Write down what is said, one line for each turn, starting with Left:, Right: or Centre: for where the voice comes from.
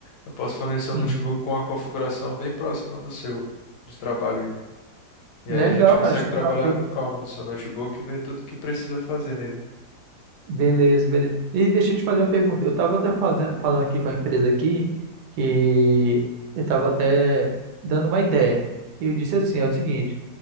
Left: eu posso fornecer
Right: uhum.
Left: um notebook com uma configuração bem próxima do seu de trabalho aí. E
Right: Legal,
Left: aí a gente consegue
Right: cara, acho
Left: trabalhar
Right: legal.
Left: com calma no seu notebook e ver tudo que precisa fazer nele.
Right: Beleza, beleza. E deixa eu te fazer uma pergunta. Eu estava até fazendo, falando aqui com a empresa aqui que eu estava até dando uma ideia. Eu disse assim, é o seguinte,